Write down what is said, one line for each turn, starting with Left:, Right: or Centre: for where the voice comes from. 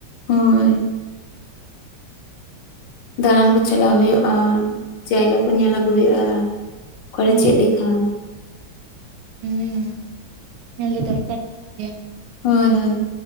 Left: ᱦᱳᱭ᱾ ᱫᱟᱬᱟᱱ ᱠᱩ ᱪᱟᱞᱟᱣ ᱦᱩᱭᱩᱜᱼᱟ, ᱡᱟᱭᱜᱟ ᱠᱚ ᱧᱮᱞ ᱟᱹᱜᱩ ᱦᱩᱭᱩᱜᱼᱟ, ᱚᱠᱟᱨᱮ
Right: ᱦᱩᱸ
Left: ᱪᱮᱫ ᱞᱮᱠᱟ?
Right: ᱦᱩᱸ, ᱧᱮᱞ ᱫᱚ ᱫᱚᱨᱠᱟᱨ ᱠᱟᱱ ᱜᱮᱭᱟ᱾
Left: ᱦᱳᱭ, ᱦᱳᱭ᱾